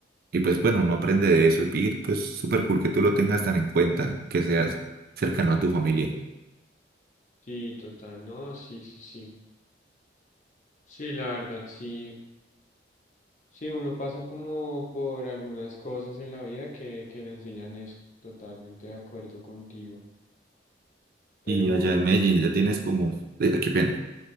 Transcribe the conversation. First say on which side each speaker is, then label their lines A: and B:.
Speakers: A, on the right; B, on the left.
A: Y pues bueno, uno aprende de eso. Y y, pues súper cool que tú lo tengas tan en cuenta, que seas cercano a tu familia.
B: Sí, total, no, sí, sí, sí. Sí, la verdad, sí. Sí, uno pasa como por algunas cosas en la vida que, que le enseñan eso. Totalmente de acuerdo contigo. Pero,
A: Y allá en Medellín ya tienes como... eh, qué pena.